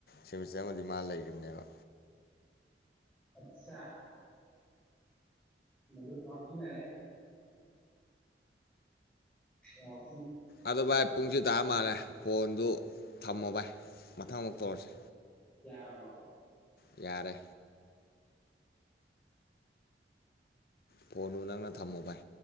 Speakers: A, on the left (about 55°); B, in the centre.
A: ꯁꯤꯃꯤꯁꯇꯔ ꯑꯃꯗꯤ ꯃꯥ ꯂꯩꯔꯤꯝꯅꯦꯕ
B: ꯑꯆꯁꯥ ꯃꯗꯨ ꯉꯥꯎꯁꯤꯟꯅꯔꯦ ꯑꯣ
A: ꯑꯗꯣ ꯚꯥꯏ ꯄꯨꯡꯁꯦꯇꯥꯔꯥ ꯃꯥꯜꯂꯦ ꯐꯣꯟꯗꯨ ꯊꯝꯃꯣ ꯚꯥꯏ ꯃꯊꯪ ꯑꯃꯨꯛ ꯇꯧꯔꯥꯁꯦ
B: ꯌꯥꯔꯕꯣ
A: ꯌꯥꯔꯦ ꯐꯣꯟꯗꯨ ꯅꯪꯅ ꯊꯝꯃꯣ ꯚꯥꯏ